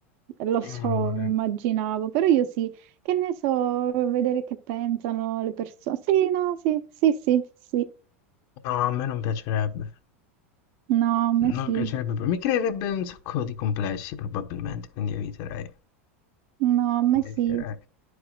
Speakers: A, on the right; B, on the left.
A: <laughs> lo
B: Io
A: so,
B: non lo vorrei.
A: immaginavo, però io sì, che ne so, vedere che pensano le persone. Sì, no, sì, sì, sì, sì,
B: No, a me non piacerebbe.
A: no, a me
B: Non
A: sì,
B: piacerebbe, pro- mi creerebbe un sacco di complessi probabilmente, quindi eviterei.
A: no, a me
B: quindi
A: sì.
B: eviterei.